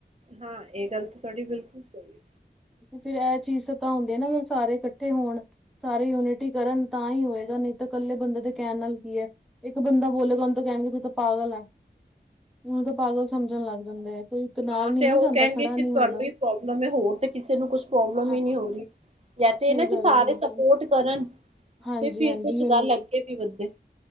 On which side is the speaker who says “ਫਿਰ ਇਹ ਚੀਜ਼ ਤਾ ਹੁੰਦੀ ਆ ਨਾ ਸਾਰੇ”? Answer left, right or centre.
Centre